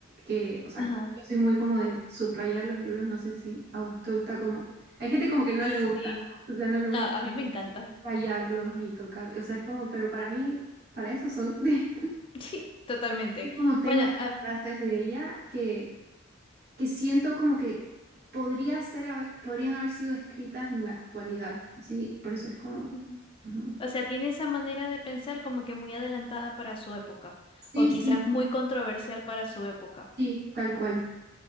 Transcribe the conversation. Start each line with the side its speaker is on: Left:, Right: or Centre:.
Right: que, o sea,
Left: Ajá.
Right: yo soy muy como de subrayar los libros, no sé si a vos te gusta como... Hay gente como que no
Left: Sí,
Right: le gusta, ¿no? O sea, no le
Left: no,
Right: gusta
Left: a mí me encanta.
Right: rayarlos ni tocar, o sea, es como, pero para mí, para eso son... <laughs>
Left: <laughs> Sí, totalmente.
Right: Como tengo
Left: Bueno,
Right: esas
Left: ah,
Right: frases de ella que, que siento como que podría ser, haber- podrían haber sido escritas en la actualidad. Sí, por eso es como...
Left: ujú.
Right: ujú.
Left: o sea, tiene esa manera de pensar como que muy adelantada para su época,
Right: Sí,
Left: o quizás
Right: sí,
Left: muy controversial para su época.
Right: sí, tal cual.